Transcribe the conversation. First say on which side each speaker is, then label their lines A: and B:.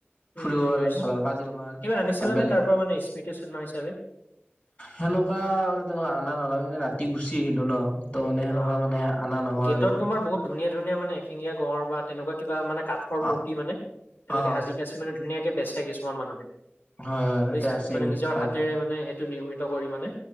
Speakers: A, on the left; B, on the left.
A: উম,
B: ফুৰিব গ'লে
A: বুজিছো।
B: ভাল আৰু কাজিৰঙা
A: কিবা আনিছিলানে
B: আৰু বেলেগ
A: তাৰ পৰা মানে স্মৃতি চিহ্ন হিচাপে?
B: সেনেকুৱা তেনেকুৱা আনা নলাগে মানে ৰাতি গুচি আহিলো ন'। ত' মানে সেনেকুৱা
A: অ',
B: মানে অনা নহয়
A: গেটত
B: আৰু।
A: তোমাৰ বহুত ধুনীয়া ধুনীয়া মানে এশিগীয়া গড় বা তেনেকুৱা কিবা কাত ঠৰ
B: অ
A: মূৰ্তি মানে তেওঁলোকে
B: অ
A: সাজি কাচি মানে ধুনীয়াকে বেচে কিছুমান মানুহে।
B: হয় হয় হয়
A: বুজিছে
B: তাতে আছে
A: মানে
B: কিন্তু
A: নিজৰ
B: ভাল
A: হাতেৰে মানে এক সিটো নিয়ৰ্মিত কৰি মানে